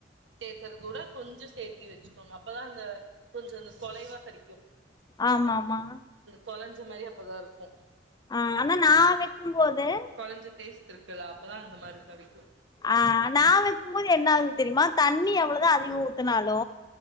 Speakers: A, on the right; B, on the left.
A: சேக்கர் கூட கொஞ்சொ சேத் த்தி வெச்சுக்கோங்க அப்பதா அந்த கொஞ்சொ அந்த கொலைவா கெடைக்கு
B: ஆமாம்மா
A: கொலஞ்ச மாரி அப்பதா இருக்கும்
B: ஆ ஆனா நா வைக்கும்போது
A: கொஞ்சொ டேஸ்ட் இருக்குல்ல அப்பதா அந்த மாரி கெடைக்கு
B: ஆ நா வைக்கும் போது என்ன ஆகுது தெரியுமா தண்ணி எவ்ளோதா அதிகொ ஊத்தனாலு